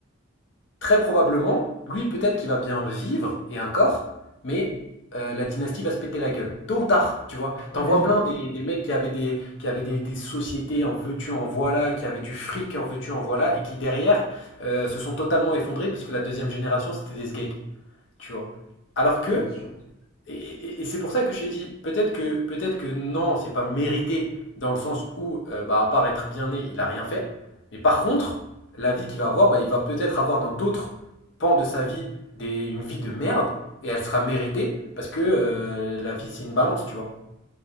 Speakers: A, on the left; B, on the left.
A: très probablement, lui, peut-être qu'il va bien vivre, et encore, mais euh, la dynastie va se péter la gueule, tôt ou tard, tu vois.
B: Ouais,
A: T'en
B: bien
A: vois
B: sûr.
A: plein des, des mecs qui avaient des, qui avaient des, des sociétés en veux-tu, en voilà, qui avaient du fric en veux-tu, en voilà, et qui derrière euh, se sont totalement effondrés parce que la deuxième génération, c'était des sgeeks, tu vois. Alors que
B: Ouais, bien sûr.
A: et, et- et c'est pour ça que je te dis, peut-être que, peut-être que non, c'est pas mérité, dans le sens où, euh, bah, à part être bien né, il a rien fait. Mais par contre, la vie qu'il va avoir, bah, il va peut-être avoir dans d'autres pans de sa vie des, une vie de merde, et elle sera méritée, parce que euh, la vie, c'est une balance, tu vois.